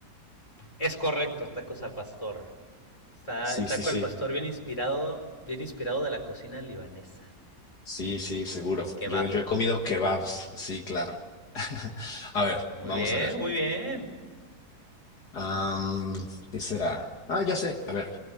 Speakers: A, on the left; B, on the left.
A: Es correcto, tacos al pastor. Está
B: Sí,
A: el taco
B: sí, sí.
A: al pastor bien inspirado, bien inspirado de la cocina libanesa,
B: Sí, sí, seguro.
A: del kebab.
B: Yo, yo he comido kebabs. Sí, claro. <laughs> A ver,
A: Muy
B: vamos
A: bien,
B: a ver.
A: muy bien.
B: Am, ¿qué será? Ah, ya sé. A ver,